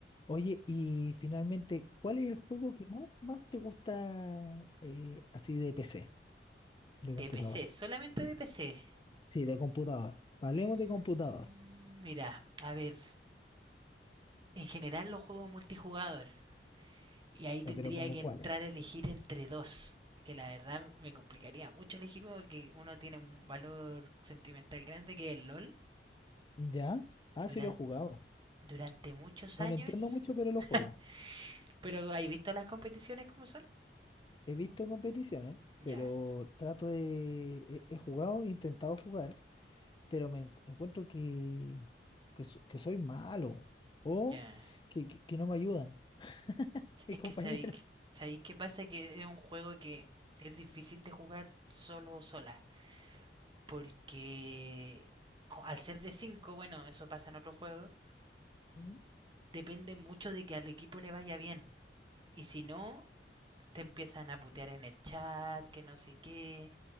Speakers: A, on the left; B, on the right.
A: Oye, y finalmente, ¿cuál es el juego que más, más te gusta eh, así de PC, de computador?
B: De PC, solamente de PC.
A: Sí, de computador. Hablemos
B: Mm,
A: de computador.
B: mira, a ver, en general los juegos multijugador. Y ahí tendría
A: Ya, pero ¿como
B: que
A: cuáles?
B: entrar a elegir entre dos. Que la verdad me complicaría mucho elegir uno porque uno tiene un valor sentimental grande que es el LOL.
A: ¿Ya? Ah,
B: Durante,
A: sí lo he jugado.
B: durante muchos
A: No
B: años.
A: lo entiendo mucho, pero lo
B: <laughs>
A: juego.
B: Pero ¿has visto las competiciones como son?
A: He visto competiciones,
B: Ya,
A: pero trato de... He, he jugado, he intentado jugar, pero me encu- encuentro que, que, so- que soy malo o
B: ya.
A: que, que, que no me ayudan mis
B: Es
A: compañeros.
B: que sabéis, sabéis qué pasa que es un juego que es difícil de jugar solo o sola. porque co- al ser de cinco bueno, eso pasa en otros juegos,
A: <laughs>
B: depende mucho de que al equipo le vaya bien. Y si no, te empiezan a putear en el chat, que no sé qué,